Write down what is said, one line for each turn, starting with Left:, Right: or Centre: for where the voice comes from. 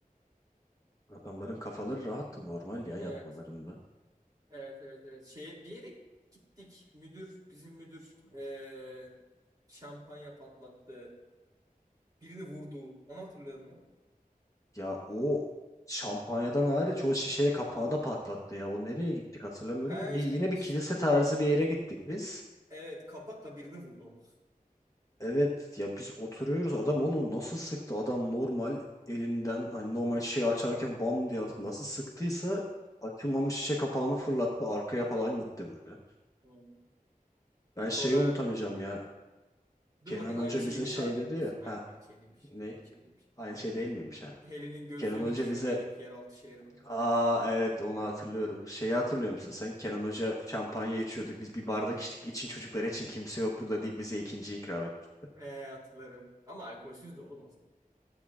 Left: Adamların kafaları rahattı normal ya
Right: Evet.
Left: yapmalarında.
Right: Evet evet evet. Şeye, bir yere gittik. Müdür bizim müdür ee, şampanya patlattı. Birini vurdu. Onu hatırlıyor musun?
Left: Ya o şampanyadan hariç o şişe kapağı da patlattı ya. O nereye gittik hatırlamıyorum
Right: He
Left: da bir,
Right: işte
Left: yine
Right: ş-
Left: bir kilise tarzı bir yere gittik biz.
Right: evet kapakla birini vurdu.
Left: Evet ya biz oturuyoruz adam onu nasıl sıktı adam normal elinden hani normal şey açarken bam diye atıp nasıl sıktıysa açılmamış şişe kapağını fırlattı arkaya falan gitti böyle.
Right: Hmm.
Left: Ben
Right: Sonra
Left: şeyi unutamayacağım ya
Right: dur
Left: Kenan
Right: bakayım aynı
Left: Hoca
Right: şeyi
Left: bize
Right: mi
Left: şey
Right: tahmin
Left: dedi
Right: ediyorsun?
Left: ya
Right: Hayır
Left: ha
Right: aynı şey değilmiş.
Left: ne
Right: Aynı şey değilmiş.
Left: aynı şey değil miymiş ha
Right: Helen'in gözlüğünü
Left: Kenan Hoca
Right: düşürdüydük
Left: bize
Right: yeraltı şehrine.
Left: aa evet onu hatırlıyorum şeyi hatırlıyor musun sen Kenan Hoca şampanya içiyorduk biz bir bardak içtik için çocuklar için kimse yok burada deyip bize ikinci ikram etti.
Right: Ee, hatırlarım. Ama alkolsüz de oğlum o zaman.